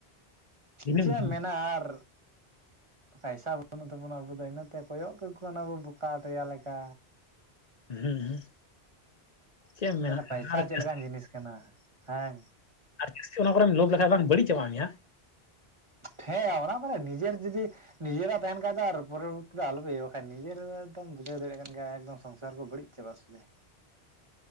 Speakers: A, on the left; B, on the right.
A: ᱫᱤᱱᱟᱹᱢ
B: ᱪᱮᱫ
A: ᱫᱤᱱ
B: ᱮᱢ ᱢᱮᱱᱟ ᱟᱨ ᱯᱟᱭᱥᱟ ᱵᱟᱹᱱᱩᱜ ᱛᱟᱵᱚᱱᱟ ᱟᱵᱩ ᱫᱚ ᱤᱱᱟᱹᱛᱮ ᱠᱚᱭᱚᱜ ᱠᱟᱠᱚ ᱠᱟᱱᱟᱵᱚ ᱵᱚᱠᱟ ᱫᱮᱭᱟ ᱞᱮᱠᱟ᱾
A: ᱦᱩᱸ ᱦᱩᱸ᱾ ᱪᱮᱫ ᱮᱢ ᱢᱮᱱᱟ
B: ᱛᱟᱦᱞᱮ ᱯᱟᱭᱥᱟ
A: ᱟᱨ
B: ᱪᱮᱫ
A: ᱡᱟᱹᱥᱛᱤ
B: ᱞᱮᱠᱟᱱ ᱡᱤᱱᱤᱥ ᱠᱟᱱᱟ ᱦᱮᱸ?
A: ᱟᱨ ᱡᱟᱹᱥᱛᱤ ᱚᱱᱟ ᱠᱚᱨᱮᱢ ᱞᱚᱵᱷ ᱞᱮᱷᱟᱡ ᱵᱟᱝ ᱵᱟᱹᱲᱤᱡ ᱪᱟᱵᱟ ᱢᱮᱭᱟ?
B: ᱦᱮᱸ ᱚᱱᱟ ᱠᱚᱨᱮ ᱱᱤᱡᱮᱨ ᱡᱩᱫᱤ ᱱᱤᱡᱮᱨᱟᱜ ᱛᱟᱦᱮᱱ ᱠᱷᱟᱡ ᱫᱚ ᱟᱨ ᱯᱚᱨᱮᱨ ᱟᱞᱚᱯᱮ ᱤᱭᱟᱹ ᱵᱟᱠᱷᱟᱡ ᱱᱤᱡᱮᱨ ᱫᱚᱢ ᱵᱩᱡᱷᱟᱹᱣ ᱫᱟᱲᱮᱭᱟᱜ ᱠᱟᱱ ᱜᱮᱭᱟ ᱮᱠᱫᱚᱢ ᱥᱚᱝᱥᱟᱨ ᱠᱚ ᱵᱟᱹᱲᱤᱡ ᱪᱟᱵᱟᱜ ᱥᱩᱫᱷᱟᱹᱭ᱾